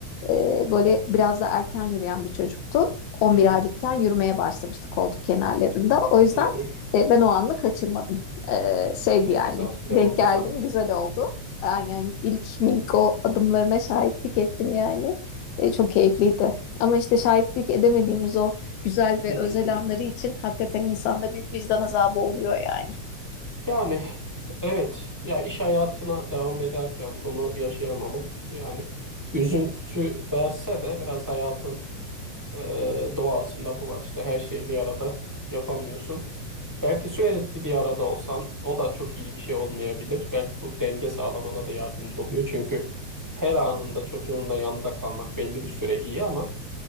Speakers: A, on the left (about 75°); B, on the right (about 25°).
A: Ee, böyle biraz da erken yürüyen bir çocuktu. 11
B: Hı hı.
A: aylıkken yürümeye başlamıştı koltuk kenarlarında. O yüzden
B: Hı hı.
A: e, ben o anı kaçırmadım. Ee, şeydi
B: Ne
A: yani
B: güzel.
A: denk
B: Ne mutlu
A: geldim
B: sana.
A: güzel oldu. Aynen ilk minik o adımlarına şahitlik ettim yani. E, çok keyifliydi. Ama işte şahitlik edemediğimiz o güzel ve
B: Hmm.
A: özel anları için hakikaten insanda bir vicdan azabı oluyor yani.
B: Yani evet ya iş hayatına devam ederken bunu yaşayamamak yani üzüntü verse de biraz hayatın e, doğasında bu var işte her şeyi bir arada yapamıyorsun. Belki sürekli bir arada olsan o da çok iyi bir şey olmayabilir. Belki bu denge sağlamana da yardımcı oluyor. Çünkü her anında çocuğunla yanında kalmak belli bir süre iyi ama